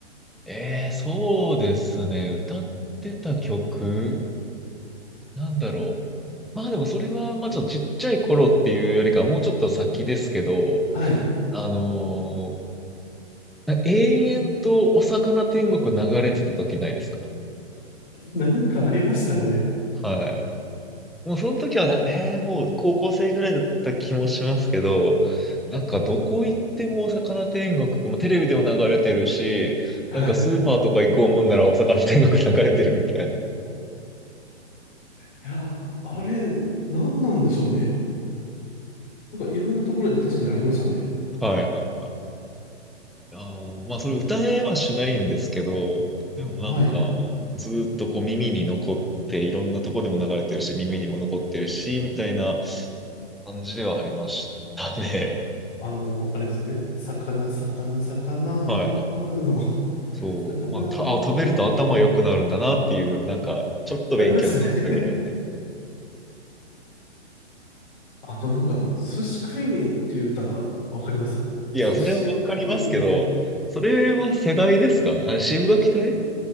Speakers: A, in the centre; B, on the left (about 50°).
A: ええそうですね。歌ってた曲。なんだろう。まあでもそれは、まあちょっとちっちゃい頃っていうよりかはもうちょっと先ですけど、
B: はい。
A: あのー永遠とお魚天国流れてた時ないですか
B: なんかありましたね。
A: はい。もうその時はな、えーもう高校生ぐらいだった気もしますけど、なんかどこ行ってもお魚天国、まあテレビでも流れてるし、
B: はい。
A: なんかスーパーとか行こうもんならお魚天国流れてるみたいな。
B: いや、あれ、なんなんでしょうね。なんかいろんなところで確かにありましたね。
A: はいはいあーまあ、それ歌えはしないんですけど、でもなんか、
B: はい。
A: ずーっとこう耳に残って、いろんなとこでも流れてるし、耳にも残ってるし、みたいな感じではありましたね。
B: あの、あれですよね。魚、魚、魚の、
A: <laughs> はい。
B: <laughs>
A: そう。
B: 魚を食べると、
A: まあ、た、あ、食べると頭良くなるんだなっていう、なんか、ちょっと勉強になったぐらいで。
B: ありましたね。<laughs> あとなんかあの、寿司食いねえっていう歌、わかります寿司食いねえ
A: いや、それはわかりますけど、それは世代ですかあ、渋柿隊